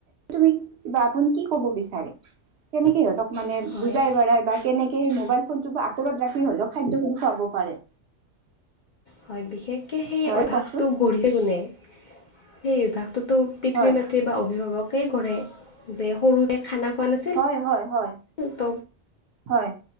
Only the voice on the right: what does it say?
তুমি ক বা আপুনি কি কব বিচাৰে কেনেকে সিহঁতক মানে
বুজাই বঢ়াই বা কেনেক- সেই মোবাইল ফোনটোৰ পৰা আঁতৰত ৰাখি হলেও খাদ্য খিনি খুৱাব পাৰে।
হয়
কওকচোন
হয়
হয় হয় হয়
হয়